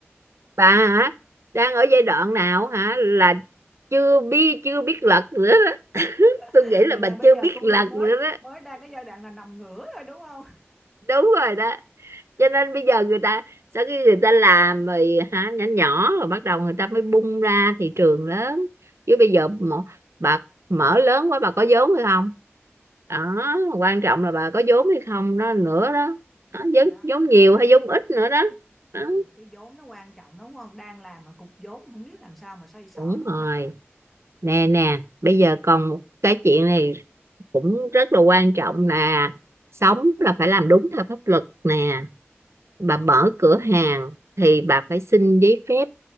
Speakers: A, on the right; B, in the centre.
A: bà hả đang ở giai đoạn nào hả là chưa biết chưa biết lật nữa đó.
B: <laughs>
A: tôi nghĩ
B: vậy
A: là bà
B: là bây
A: chưa
B: giờ
A: biết
B: tôi
A: lần
B: chỉ mới
A: nữa đó
B: mới đang cái giai đoạn là nằm ngửa rồi đúng không
A: đúng rồi đó cho nên bây giờ người ta sau khi người ta làm rồi hả nhỏ nhỏ rồi bắt đầu người ta mới bung ra thị trường lớn chứ bây giờ mà, bà mở lớn quá bà có vốn hay không đó quan trọng là bà có vốn hay không đó nữa đó,
B: đúng
A: đó
B: rồi
A: vốn,
B: đó
A: vốn nhiều hay vốn ít nữa đó. đó
B: ừ cái vốn nó quan trọng đúng không đang làm mà cục vốn không biết làm sao mà xoay sở
A: đúng
B: đúng
A: rồi
B: không bà?
A: nè nè bây giờ còn một cái chuyện này cũng rất là quan trọng là sống là phải làm đúng theo pháp luật nè bà mở cửa hàng thì bà phải xin giấy phép